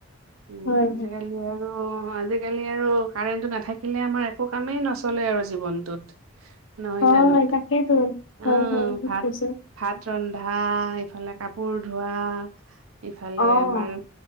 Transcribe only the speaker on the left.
হয়
হয়
হয় তাকেইতো হয়
হয় ঠিক কৈছে।
অ'